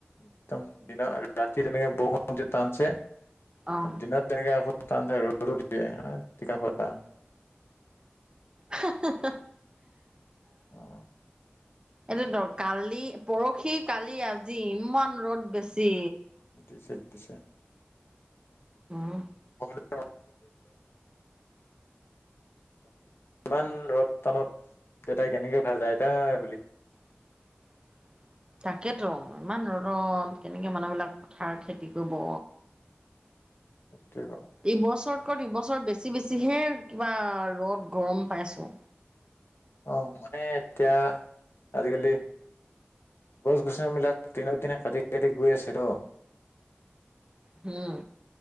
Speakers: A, on the left; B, on the right.
A: একদম দিনত ৰাতি তেনেকে বৰষুণ টানছে
B: অ'
A: দিনত তেনেকে আক টানচে ৰ'দ ও দিয়ে টিকা ফটা।
B: হা- হা- হা
A: হম
B: এইটোটো কালি পৰখি, কালি, আজি ইমান ৰ'দ বেছি।
A: দিছে -দিছে।
B: উম
A: <unintelligible> ইমান ৰদ টানত দেতাই কেনেকে <unintelligible> এই বুলি
B: <inaudible> তাকে তো ইমান ৰ'দত কেনেকে মানুহবিলাক পথাৰ খেতি কৰিব
A: সেইটোৱে কওঁ
B: ইবছৰতক- ইবছৰ বেছি -বেছিহে কিবা ৰ'দ -গৰম পাইছো।
A: অহ, মানে এতিয়া আজিকালি গছ -গছনি বিলাক দিনক দিনে কাটি -কাটি গৈ আছে ন',
B: হুম